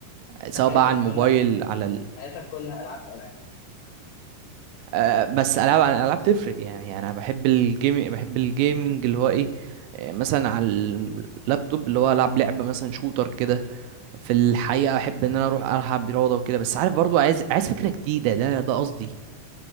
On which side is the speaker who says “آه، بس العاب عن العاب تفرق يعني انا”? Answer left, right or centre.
Right